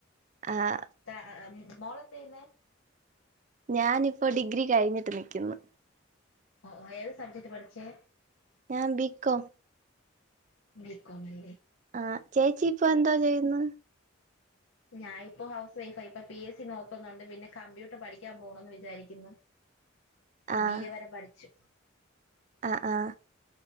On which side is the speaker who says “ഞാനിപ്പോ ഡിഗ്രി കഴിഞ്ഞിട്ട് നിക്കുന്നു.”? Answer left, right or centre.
Right